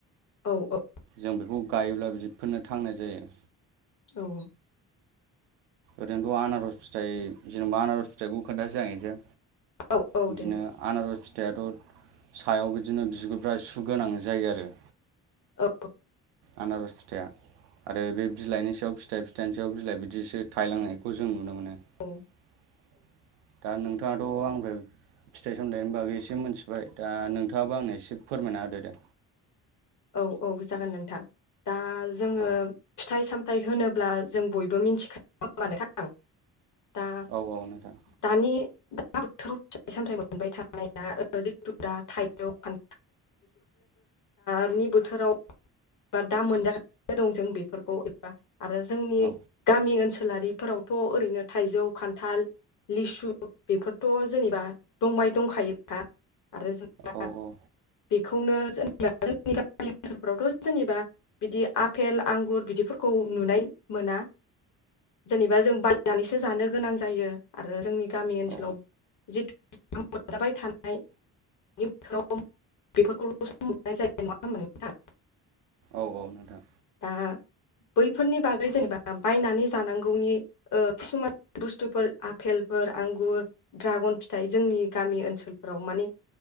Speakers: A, on the left (about 40°); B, on the right (about 60°).
A: औ औ।
B: जों बेखौ गायोब्ला बिफोरनो थांनाय जायो।
A: औ।
B: ओरैनोथ' आनारस फिथाइ जेनेबा आनारस फिथाइखौ खोनथानसै आं इसे
A: औ औ
B: बिदिनो
A: दे
B: आनारस फिथाइआथ' सायाव बिदिनो बिगुरफ्रा सुगोनां जायो आरो।
A: औ।
B: आनारस फिथाइया आरो बे बिलाइनि सायाव फिथाइ फिथाइनि सायाव बिलाइ बिदिसो थायलांनायखौ जों नुनो मोनो
A: औ
B: दा नोंथाङाथ' आंफ्राय फिथाइ सामथाइनि बागै एसे मिथिबाय दा नोंथाङाबो आंनो एसे फोरमायना होदो दे।
A: औ औ जागोन नोंथां दा जोङो
B: औ
A: फिथाइ सामथायाइ होनोब्ला जों बयबो मिथिखायो नङा होमबा नोंथां। दा
B: औ औ नोंथां
A: दानि दा बोथोराव फिथाइ सामथाय मोनबाय थानायना जिथु दा थाइजौ खान <unintelligible> दानि बोथोराव बा दा मोनजागासिनो दं जों बेफोरखौ एबा आरो जोंनि
B: औ
A: गामि ओनसोलारिफोरावथ' ओरैनो थाइजौ खान्थाल लिसु बेफोरथ' जेनेबा दंबाय दंखायोखा। आरो जेनेबा
B: औ औ
A: बेखौनो जेनेबा जोंनि गामि ओनसोलफोरावथ' जेनेबा। बिदि आफेल आंगुर बिदिफोरखौ नुनाय मोना। जेनेबा जों बायनानैसो जानो गोनां जायो आरो जोंनि गामि ओनसोलाव
B: औ
A: जिथु <unintelligible> मोनजाबाय थानाय बोथोराव बेफोरखौल'सो मोननाय जायो नंङा होमबा नोंथां।
B: औ औ नोंथां।
A: दा बैफोरनि बागै जेनेबा बायनानै जानांगौनि ओ खिसुमान बुस्थुफोर आफेलफोर आंगुर ड्रागन फिथाइ जोंनि गामि ओनसोलफोराव माने